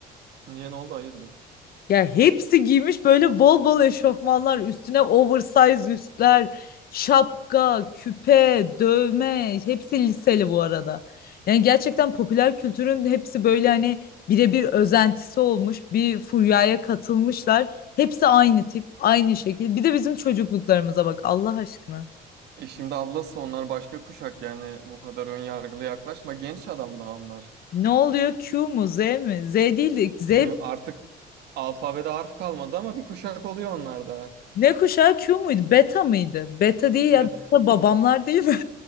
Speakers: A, on the right; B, on the left.
A: Niye ne oldu? Hayırdır?
B: Ya hepsi giymiş böyle bol bol eşofmanlar, üstüne oversize üstler, şapka, küpe, dövme, hepsi liseli bu arada. Yani gerçekten popüler kültürün hepsi böyle hani birebir özentisi olmuş, bir furyaya katılmışlar. Hepsi aynı tip, aynı şekil. Bir de bizim çocukluklarımıza bak Allah aşkına.
A: E şimdi ablası onlar başka kuşak yani bu kadar ön yargılı yaklaşma. Genç adam daha onlar.
B: Ne oluyor? Q mu? Z mi? Z değil de Z
A: Q artık alfabede harf kalmadı ama bir kuşak oluyor onlar da.
B: ne kuşağı Q muydu? Beta mıydı? Beta değil
A: Bet.
B: ya. Beta babamlar değil mi?